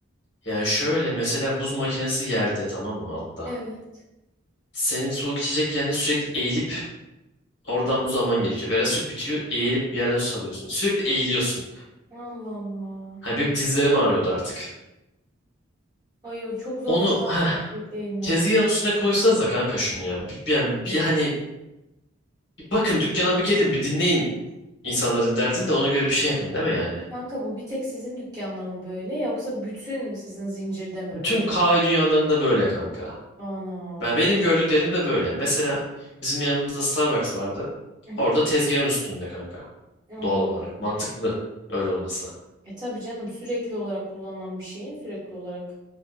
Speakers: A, on the left (about 55°); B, on the right (about 20°).
A: Yani şöyle mesela buz makinesi yerde tamam mı altta.
B: evet.
A: Senin soğuk içecek yerine sürekli eğilip oradan buz alman gerekiyor. Veya süt bitiyor eğilip yerden süt alıyorsun. Sürekli eğiliyorsun.
B: Allah Allah.
A: Hani benim dizlerim ağrıyordu artık.
B: Ay o çok zormuş
A: Onu
B: abi
A: heh,
B: sürekli inmek?
A: tezgahın üstüne koysanıza kanka şunu ya. Bir, yani bir hani bir bakın dükkana bir gelin bir dinleyin İnsanların derdini de ona göre bir şey yapın değil mi
B: Peki
A: yani?
B: kanka bu bir tek sizin dükkanda mı böyle yoksa bütün sizin zincirde mi
A: Bütün
B: böyle?
A: kahve dünyalarında böyle kanka.
B: Ana.
A: Ben benim gördüklerim de böyle. Mesela bizim yanımızda Starbucks vardı.
B: Hı hı.
A: Orada tezgahın üstünde kanka.
B: Allah.
A: Doğal olarak
B: Allah.
A: mantıklı öyle olması.
B: E tabii canım sürekli olarak kullanılan bir şeyin sürekli olarak